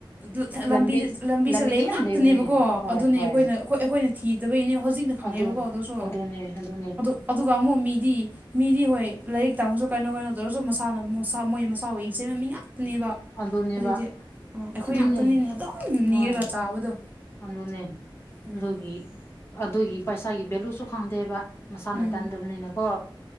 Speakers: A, on the right; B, on the left.
A: ꯑꯥ ꯂꯝꯕꯤꯗ
B: ꯂꯝꯕꯤ
A: ꯂꯝꯕꯤꯁꯦ
B: ꯂꯝꯕꯤꯗꯤ
A: ꯂꯩꯕ
B: ꯌꯥꯝ
A: ꯉꯥꯛꯇꯅꯦꯕꯀꯣ
B: ꯂꯩꯕꯅꯦ ꯍꯣꯏ
A: ꯑꯗꯨꯅꯤ
B: ꯍꯣꯏ
A: ꯑꯩꯈꯣꯏꯅꯣꯏ ꯑꯩꯈꯣꯏꯅ ꯊꯤꯗꯕꯩꯅꯦ ꯍꯧꯖꯤꯛꯅ ꯈꯪꯉꯦꯕꯀꯣ
B: ꯑꯗꯨ
A: ꯑꯗꯨꯁꯨ
B: ꯑꯗꯨꯅꯦ ꯑꯗꯨꯅꯦ
A: ꯑꯗꯣ ꯑꯗꯨꯒ ꯑꯃꯨꯛ ꯃꯤꯗꯤ ꯃꯤꯗꯤ ꯍꯣꯏ ꯂꯥꯏꯔꯤꯛ ꯇꯝꯃꯁꯨ ꯀꯩꯅꯣ ꯀꯩꯅꯣ ꯇꯧꯔꯁꯨ ꯃꯁꯥꯅ ꯃꯁꯥ ꯃꯣꯏ ꯃꯁꯥꯕꯨ ꯌꯦꯡꯁꯤꯟꯕ ꯃꯤ ꯉꯥꯛꯇꯅꯤꯕ
B: ꯑꯗꯨꯅꯦꯕ
A: ꯍꯧꯖꯤꯛꯇꯤ ꯑ ꯑꯩꯈꯣꯏ
B: ꯑꯗꯨꯅꯦ
A: ꯉꯥꯛꯇꯅꯤꯅꯦ ꯑꯗꯨꯝ
B: ꯍꯣꯏ
A: ꯅꯤꯔꯒ ꯆꯥꯕꯗꯣ
B: ꯑꯗꯨꯅꯦ
A: ꯎꯝ
B: ꯑꯗꯨꯒꯤ ꯑꯗꯨꯒꯤ ꯄꯩꯁꯥꯒꯤ ꯚꯦꯂꯨꯁꯨ ꯈꯪꯗꯦꯕ ꯃꯁꯥꯅ
A: ꯎꯝ
B: ꯇꯥꯟꯗꯕꯅꯤꯅꯀꯣ